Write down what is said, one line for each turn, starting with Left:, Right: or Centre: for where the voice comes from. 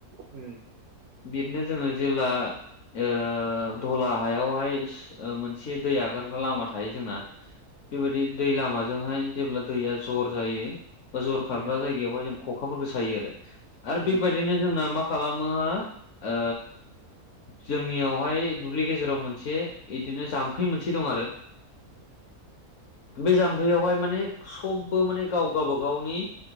Right: उम।
Left: बिदनो जोङो जेला ओ दला हायावहाय मोनसे दै आगारग्रा लामा थायो जोंना बेबायदि दै लामाजोंहाय जेब्ला दैया जर जायो बा जर खारग्रा
Right: उम
Left: जायगायावहाय जों ख'खाफोरखौ सायो आरो, आरो
Right: उम
Left: बेबायदिनो जोंना मा खालामोहा ओ जोंनियावहाय दुब्लि गेजेराव मोनसे इदिनो जाम्फै मोनसे दं आरो। बे जाम्फैयावहाय माने सबबो माने गाव गावबा गावनि